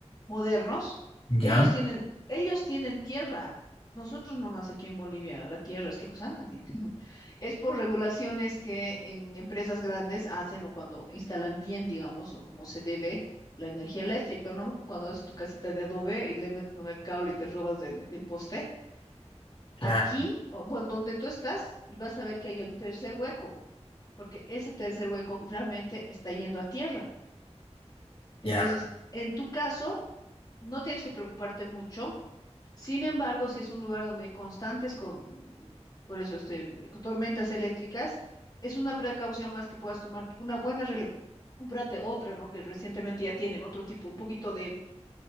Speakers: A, on the left (about 35°); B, on the left (about 50°).
A: modernos,
B: ya,
A: ellos tienen, ellos tienen tierra. Nosotros nomás aquí en Bolivia, la tierra es qué cosa, así. <laughs> Es por regulaciones que en empresas grandes hacen o cuando instalan bien, digamos, o como se debe la energía eléctrica, ¿no? Cuando haces tu casita de adobe y le metes nomás el cable y te robas del, del poste
B: claro,
A: aquí, o, bueno, donde tú estás, y vas a ver que hay el tercer hueco, porque ese tercer hueco realmente está yendo a tierra. Entonces,
B: ya.
A: en tu caso, no tienes que preocuparte mucho. Sin embargo, si es un lugar donde hay constantes con, por eso, este, tormentas eléctricas, es una precaución más que puedas tomar una buena regla. Cómprate otra, ¿no? Que recientemente ya tienen otro tipo, un poquito de